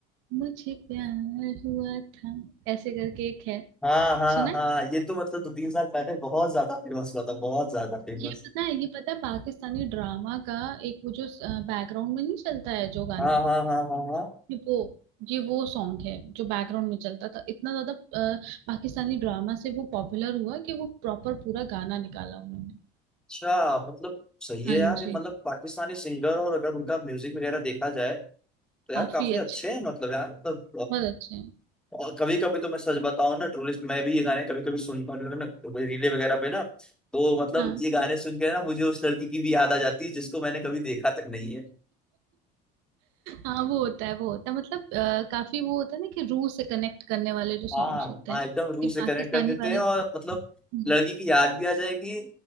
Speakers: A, on the right (about 80°); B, in the centre.
A: मुझे प्यार हुआ था ऐसे करके एक है
B: हाँ हाँ
A: सुना है?
B: हाँ ये तो मतलब दो तीन साल पहले बहुत ज्यादा फेमस हुआ था बहुत ज्यादा फेमस
A: ये पता है ये पता है पाकिस्तानी ड्रामा का एक वो जो बैकग्राउंड में नहीं चलता है जो गाने
B: हाँ हाँ हाँ हाँ हाँ
A: ये वो ये वो सॉन्ग है जो बैकग्राउंड में चलता था इतना ज्यादा अ, पाकिस्तानी ड्रामा से वो पॉपुलर हुआ कि वो प्रॉपर पूरा गाना निकाला उन्होंने
B: अच्छा मतलब सही है
A: हाँ
B: यार ये
A: जी
B: मतलब पाकिस्तानी सिंगर और अगर उनका म्यूजिक वगैरह देखा जाए तो यार
A: काफी
B: काफी
A: अच्छे
B: अच्छे हैं मतलब यार मतलब
A: बहुत अच्छे हैं
B: और कभी कभी तो मैं सच बताऊं ना टूरिस्ट मैं भी ये गाने कभी कभी सुनता हूँ ना रीले वगैरह पे ना तो मतलब
A: हाँ
B: ये गाने सुन के ना मुझे उस लड़की की भी याद आ जाती है जिसको मैंने कभी देखा तक नहीं है
A: हाँ वो होता है वो होता है मतलब अ, काफी वो होता है ना कि रूह से कनेक्ट करने वाले जो सॉन्ग्स
B: हाँ
A: होते
B: हाँ
A: हैं
B: एकदम रूह
A: कि
B: से
A: पाकिस्तानी
B: कनेक्ट कर देते
A: वाले
B: हैं और
A: वो
B: मतलब
A: हम्म।
B: लड़की की याद भी आ जाएगी